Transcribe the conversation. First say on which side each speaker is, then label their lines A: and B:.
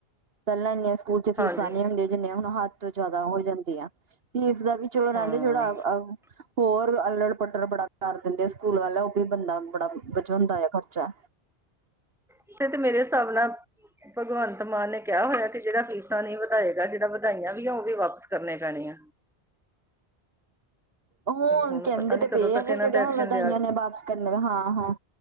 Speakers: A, on the right (about 60°); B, in the centre.
A: ਪ੍ਹੈਲਾਂ ਇੰਨੀਆਂ ਸੂਕੂਲ ਚ ਫੀਸਾਂ
B: ਹਾਂਜੀ
A: ਨੀ ਹੁੰਦੀਆਂ, ਜਿੰਨੀਆਂ ਹੁਨ ਹਾੱਦ ਤੋਂ ਜਾਦਾ ਹੋ ਜਾਂਦੀਆਂ। ਫੀਸ ਦਾ ਵੀ ਚਲੋ
B: ਹਾਂ
A: ਰੈਂਦੇ ਜੇੜਾ ਅ, ਅ ਹੋਰ ਅਲੜ-ਪੱਟਰ ਬੜਾ ਕਾਰ ਦੇਂਦੇ ਸੂਕੂਲ ਵਾਲੇ ਓ ਵੀ ਬੰਦਾ ਬੜਾ ਵਚਉਂਦਾ ਆ ਖਰਚਾ।
B: ਇਥੇ ਤੇ ਮੇਰੇ ਸਾਬ ਨਾਲ, ਭਗਵੰਤ ਮਾਨ ਨੇ ਕੇਆ ਹੋਏਆ ਕਿ ਜੇੜਾ ਫੀਸ ਤਾ ਨੀ ਵਦਾਏਗਾ, ਜੇੜਾ ਵਦਾਈਆਂ ਵੀ ਆਓਗੇ, ਵਾਪਸ ਕਰਨੇ ਪੈਣੇ ਆ।
A: ਓ ਹੁਨ
B: ਹੁਣ
A: ਕੈਂਦੇ
B: ਪਤਾ ਨੀ
A: ਤੇ ਪਏ
B: ਕਦੋਂ ਤੱਕ
A: ਆ, ਵੀ
B: ਇਹਨਾਂ
A: ਜੇੜੀਆਂ
B: ਤੇ ਐਕਸ਼ਨ
A: ਹੁਨ ਵਦਾਈਆਂ
B: ਲਿਆ
A: ਨੇ ਵਾਪਸ ਕੰਦੇ ਨੇ ਹਾਂ-ਹਾਂ,